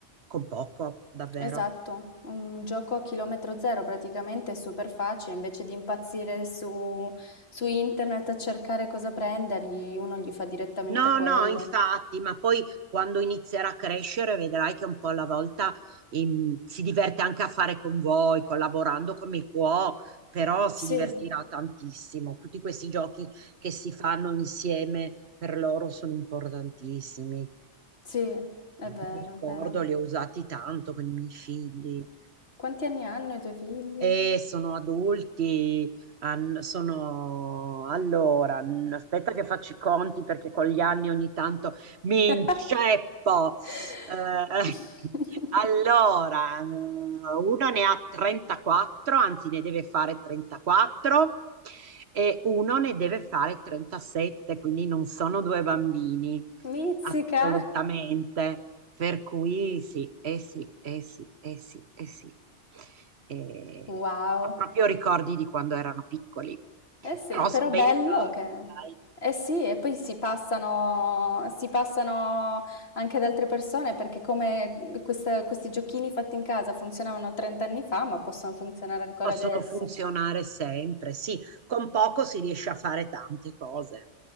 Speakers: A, on the right (about 65°); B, on the left (about 60°).
A: con poco, davvero.
B: Esatto, un gioco a chilometro zero praticamente, è super facile, invece di impazzire su, su internet a cercare cosa prendergli, uno gli fa direttamente
A: No,
B: quello.
A: no, infatti, ma poi quando inizierà a crescere vedrai che un po' alla volta ehm, si diverte anche a fare con voi, collaborando come può, però si
B: Sì,
A: divertirà tantissimo. Tutti questi giochi che si fanno insieme per loro sono importantissimi.
B: sì, è vero,
A: Mi ricordo,
B: è vero.
A: li ho usati tanto con i miei figli.
B: Quanti anni hanno i tuoi figli?
A: E sono adulti, han- sono... Allora, n- aspetta che faccio i conti perché con gli anni ogni tanto mi
B: <laughs>
A: inceppo. Eh, <laughs> allora, eh, uno ne ha 34, anzi ne deve fare 34 e uno ne deve fare 37, quindi non sono due bambini,
B: Mizzica!
A: assolutamente. Per cui sì, eh sì, eh sì, eh sì, eh sì. Eh,
B: Wow.
A: ho proprio ricordi di quando erano piccoli,
B: Eh sì,
A: però
B: però
A: sono bei
B: bello
A: ricordi,
B: che
A: dai.
B: eh sì,
A: Sì.
B: e poi si passano, si passano anche ad altre persone perché come queste- questi giochini fatti in casa funzionavano 30 anni fa, ma possono funzionare ancora
A: Possono
B: adesso.
A: funzionare sempre, sì, con poco si riesce a fare tante cose,